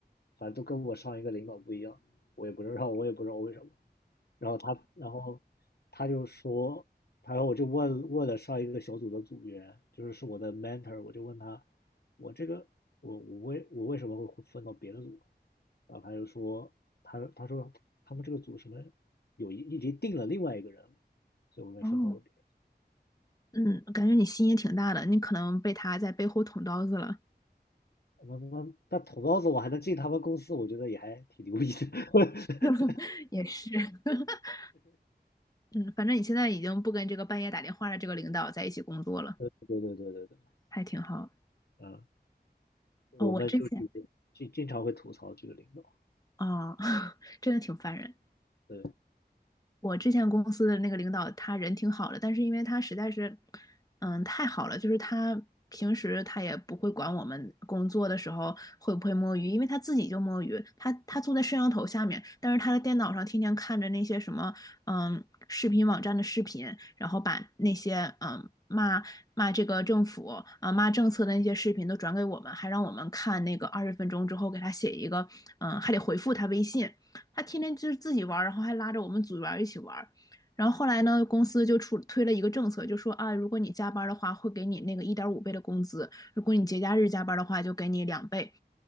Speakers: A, on the left; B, on the left.
A: 反正都跟我上一个领导不一样，我也不知道，我也不知道为什么。然后他，然后他就说，然后我就问问了上一个小组的组员，就是是我的 mentor，我就问他，我这个我我为我为什么会分到别的组？然后他就说，他他说他们这个组什么有一已经定了另外一个人了，所以我被分到了别的。
B: 哦，嗯，感觉你心也挺大的，你可能被他在背后捅刀子了。
A: 那那那捅刀子我还能进他们公司，我觉得也还挺牛逼的。<laughs>
B: <laughs> 也是，<laughs> 嗯，反正你现在已经不跟这个半夜打电话的这个领导在一起工作了，
A: 对对对对对对，
B: 还挺好。
A: 嗯，我们就是
B: 哦，我之前
A: 经经常会吐槽这个领导，
B: 啊，<laughs> 真的挺烦人
A: 对，
B: 我之前公司的那个领导，他人挺好的，但是因为他实在是，嗯，太好了，就是他平时他也不会管我们工作的时候会不会摸鱼，因为他自己就摸鱼，他他坐在摄像头下面，但是他的电脑上天天看着那些什么，嗯，视频网站的视频，然后把那些嗯骂骂这个政府啊骂政策的那些视频都转给我们，还让我们看那个二十分钟之后给他写一个，嗯，还得回复他微信。他天天就是自己玩然后还拉着我们组员一起玩然后后来呢，公司就出推了一个政策，就说啊，如果你加班的话，会给你那个一点五倍的工资；如果你节假日加班的话，就给你两倍。